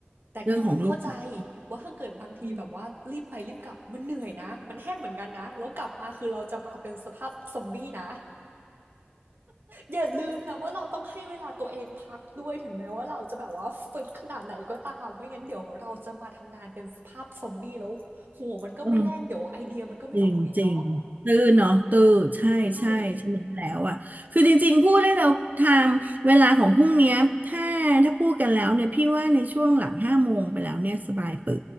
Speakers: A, on the right; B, on the right.
A: แต่เข้าเข้าใจ
B: เรื่องของลูกสาว
A: ว่าถ้าเกิดบางทีแบบว่ารีบไปรีบกลับมันเหนื่อยนะมันแหกเหมือนกันนะ
B: อืม
A: แล้วกลับมาคือเราจะมาเป็นสภาพซอมบี้นะอย่าลืมนะว่าเราต้องให้เวลาตัวเองพักด้วยถึงแม้ว่าเราจะแบบว่าฟิตขนาดไหนก็ตามไม่งั้นเดี๋ยวเราจะมาทำงานเป็นสภาพซอมบี้แล้วหัวมันก็ไม่แล่นเดี๋ยวไอเดียมันก็ไม่ออกอีกเนาะ
B: เออ จริงจริงตื้อเนาะตื้อใช่ใช่ใช่ไหมแล้วอ่ะคือจริงๆพูดได้แล้วไทม์เวลาของพรุ่งเนี้ยถ้าถ้าพูดกันแล้วเนี่ยพี่ว่าในช่วงหลังห้าโมงไปแล้วเนี่ยสบายปือ
A: ใช่